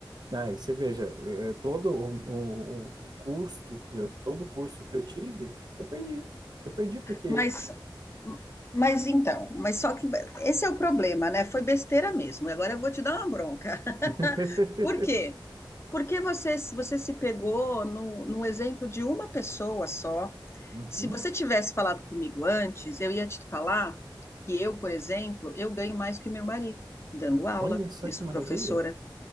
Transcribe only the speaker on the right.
Aí você veja, é, todo o, o- o custo, eu- todo o curso que eu tive, eu perdi. Eu perdi porque.
<laughs>
Uhum.
Olha só
que
maravilha!